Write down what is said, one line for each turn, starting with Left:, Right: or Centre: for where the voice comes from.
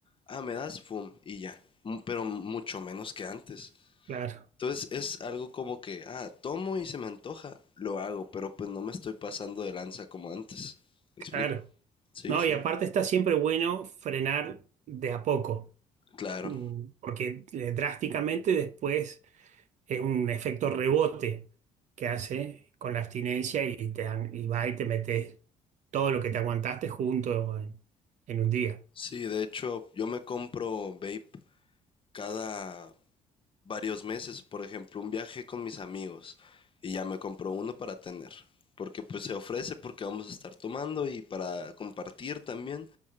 Left: ah, me das fum, y ya. Mu- Pero mucho menos que antes.
Right: Claro,
Left: Entonces es algo como que, ah, tomo y se me antoja, lo hago, pero pues no me estoy pasando de lanza como antes. ¿Me explico?
Right: claro.
Left: Sí,
Right: No,
Left: sí.
Right: y aparte está siempre bueno frenar de a poco,
Left: Claro.
Right: mm, porque eh, drásticamente después es un efecto rebote que hace con la abstinencia y, te dan- y va y te metes todo lo que te aguantaste junto en, en un día.
Left: Sí, de hecho, yo me compro vape cada varios meses, por ejemplo, un viaje con mis amigos y ya me compro uno para tener, porque pues se ofrece porque vamos a estar tomando y para compartir también